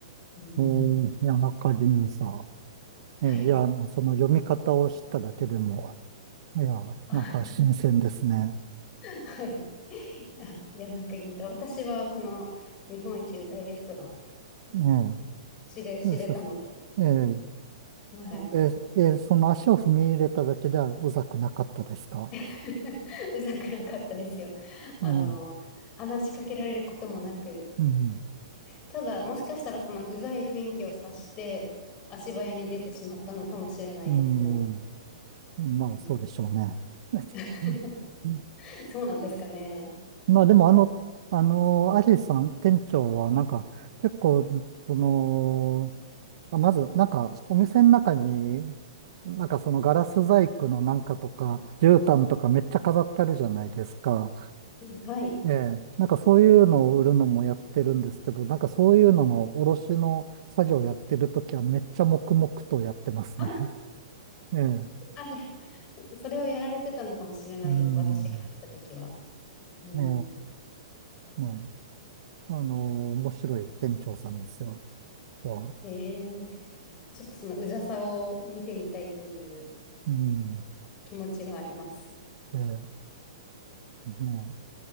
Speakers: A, on the left; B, on the right.
A: うん。
B: えー、谷中輪差。えーいや、
A: はい。
B: その読み方を知っただけでも、いや、
A: <laughs>
B: なんか新鮮ですね。
A: はい。あの、谷中銀太。私はこの日本一うざいレストラン
B: え
A: 知れ、知れたので、
B: えそええ
A: はい。
B: えええーその足を踏み入れただけではうざくなかったですか
A: <laughs> うざくなかったですよ。あの、
B: ええうん。
A: 話しかけられることもなく、
B: うん。
A: ただもしかしたらそのうざい雰囲気を察して足早に出てしまったのかもしれないですね。
B: うん。うんまあ、
A: うん
B: そうでしょうね。<laughs>
A: <laughs>
B: うん
A: そうなんですかね。
B: まあ、でも、あの、あの、アリさん、店長は、なんか、結構、その、あまず、なんか、お店の中に、なんかそのガラス細工のなんかとか、絨毯とかめっちゃ飾ってあるじゃないですか。
A: うんはい。
B: ええ。なんかそういうのを売るのもやってるんですけど、なんかそういうのの卸の作業やってるときはめっちゃ黙々とやってますね。
A: あ
B: <laughs> ええ。
A: あ、じゃあそれをやられてたのかもしれないです。
B: うん。
A: 私が入った時は。うん。
B: ええ。うん。あの面白い店長さんですよ。は。
A: へえ、ちょっとそのうざさを見てみたいという
B: うん。
A: 気持ちはあります。
B: ええ。ねえ。